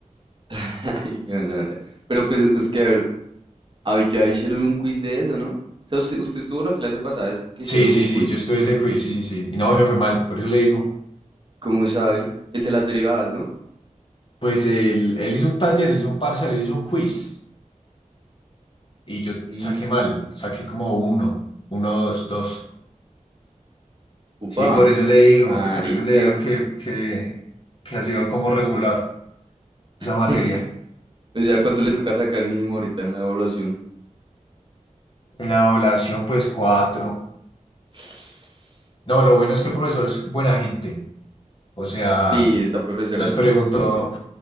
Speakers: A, on the right; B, on the left.
A: <laughs> Ay, qué gonorrea. Pero pues es que, a ver, ah, ya hicieron un quiz de eso, ¿no? O sea, usted, usted estuvo la clase pasada es que hicieron
B: Sí, sí,
A: un quiz,
B: sí, yo estuve ese quiz, sí, sí, sí. Y no, y me fue mal, por eso le digo.
A: ¿cómo sabe? El de las derivadas, ¿no?
B: Pues él, él hizo un taller, él hizo un parcial, él hizo un quiz. Y yo
A: Mm,
B: saqué mal, saqué como uno, uno, dos, dos.
A: upa,
B: Sí, por eso le digo,
A: marica.
B: por eso le digo que, que, que ha sido como regular esa
A: <laughs>
B: materia.
A: O sea, ¿cuánto le toca sacar mínimo ahorita en la evaluación?
B: En la evaluación, pues cuatro.
A: <sniffs>
B: No, lo bueno es
A: Uh,
B: que el profesor es buena gente. O sea,
A: Sí, esa profesora
B: nos
A: es
B: preguntó,
A: una chimba.